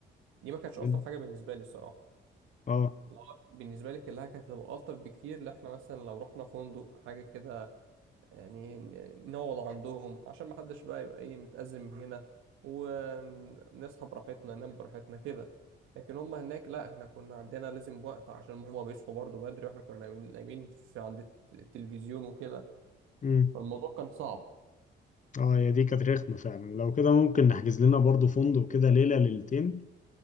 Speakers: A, on the right; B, on the left.
A: دي ما كانتش الطف
B: هن-
A: حاجه بالنسبه لي الصراحه
B: اه
A: لو بالنسبه لي كلها كانت هتبقى الطف بكتير اللي احنا مثلا لو رحنا فندق حاجه كده يعني ن- نقعد عندهم عشان ما حدش بقى يبقى ايه متأزم مننا ونصحى براحتنا ننام براحتنا كده لكن هم هناك لا احنا كنا عندنا لازم وقت عشان هم بيصحوا برضه بدري واحنا كنا نايمين نايمين في عند الت- التلفزيون وكده
B: امم
A: فالموضوع كان صعب
B: اه هي دي كانت رخمة فعلا لو كده ممكن نحجز لنا برضو فندق كده ليلة ليلتين